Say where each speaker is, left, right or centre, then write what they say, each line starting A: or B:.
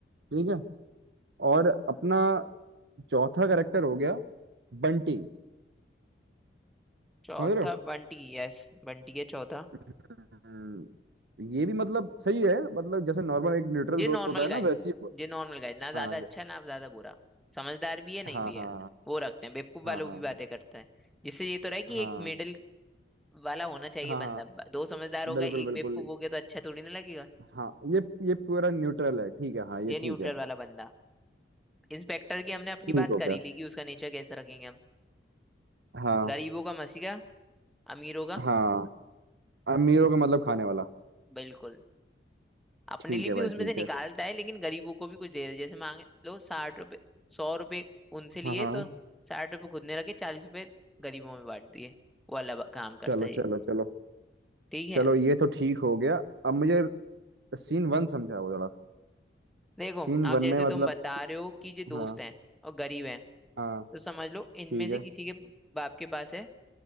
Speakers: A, on the right; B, in the centre.
A: ठीक है और अपना चौथा करेक्टर हो गया बंटी
B: चौथा
A: समझ रहे हो
B: बंटी यस बंटी है चौथा
A: हम्म, ये भी मतलब सही है मतलब जैसे नॉर्मल एक न्यूट्रल
B: ये
A: दोस्त
B: नॉर्मल
A: होता है
B: गाय
A: ना वैसे ही
B: ये नॉर्मल गाय ना ज्यादा
A: हाँ
B: अच्छा ना ज्यादा बुरा समझदार भी है नहीं
A: हाँ
B: भी
A: हाँ
B: है वो रखते हैं बेवकूफ
A: हाँ
B: वालों
A: हाँ हाँ
B: भी बातें करता है जिससे ये तो रहे कि
A: हाँ
B: एक
A: हाँ
B: मिडिल वाला होना चाहिए
A: हाँ हाँ,
B: बंदा ब- दो समझदार हो
A: बिल्कुल
B: गए एक
A: बिल्कुल
B: बेवकूफ हो गया तो अच्छा थोड़ी ना लगेगा
A: हाँ ये ये पूरा न्यूट्रल है ठीक है हाँ ये
B: ये न्यूट्रल
A: ठीक है
B: वाला बंदा इंस्पेक्टर की हमने अपनी
A: ठीक
B: बात
A: हो
B: करी
A: गया
B: ली कि उसका नेचर कैसे रखेंगे हम
A: हाँ
B: गरीबों का मसीहा अमीरों का
A: हाँ अमीरों का मतलब खाने वाला
B: बिल्कुल अपने
A: ठीक
B: लिए
A: है
B: भी
A: भाई
B: उसमें
A: ठीक
B: से निकालता
A: है
B: है लेकिन गरीबों को भी कुछ दे रहा है जैसे मांग लो साठ रुपए सौ रुपए उनसे लिए
A: हाँ हाँ
B: तो साठ रुपए खुद ने रखे चालीस रुपए गरीबों में बांट दिए वो अलग काम करता
A: चलो
B: है ये
A: चलो चलो
B: ठीक है
A: चलो ये तो ठीक हो गया अब मुझे सीन वन समझाओ जरा
B: देखो
A: सीन
B: आप
A: वन
B: जैसे
A: में मतलब
B: तुम बता रहे हो कि ये दोस्त
A: हाँ
B: हैं और गरीब हैं
A: हाँ
B: तो समझ लो इनमें
A: ठीक
B: से
A: है
B: किसी के बाप के पास है